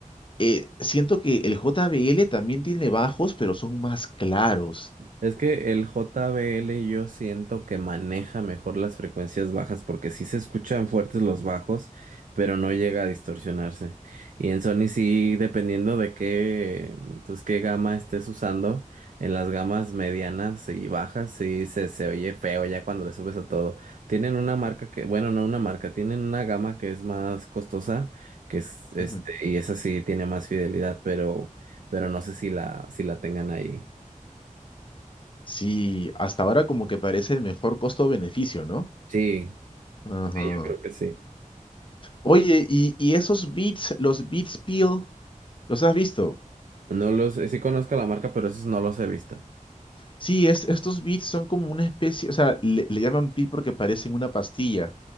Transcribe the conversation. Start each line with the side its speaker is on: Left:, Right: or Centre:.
Left: eh, siento que el JBL también tiene bajos, pero son más claros.
Right: Es que el JBL yo siento que maneja mejor las frecuencias bajas porque sí se escuchan fuertes los bajos, pero no llega a distorsionarse. Y en Sony sí, dependiendo de qué, pues qué gama estés usando, en las gamas medianas y bajas sí se, se oye feo ya cuando le subes a todo. Tienen una marca que, bueno, no una marca, tienen una gama que es más costosa, que es este,
Left: Ujú.
Right: y esa sí tiene más fidelidad, pero, pero no sé si la, si la tengan ahí.
Left: Sí, hasta ahora como que parece el mejor costo-beneficio, ¿no?
Right: Sí,
Left: Ajá.
Right: Sí, yo creo que sí.
Left: Oye, y, y esos beats, los beats peel, ¿los has visto?
Right: No los, sí conozco la marca, pero esos no los he visto.
Left: Sí, es, estos beats son como una especie, o sea, le, le llaman peel porque parecen una pastilla.